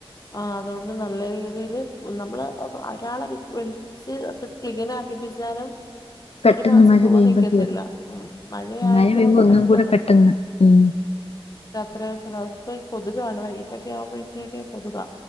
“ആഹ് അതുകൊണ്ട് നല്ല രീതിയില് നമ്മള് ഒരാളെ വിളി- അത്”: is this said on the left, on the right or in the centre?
Left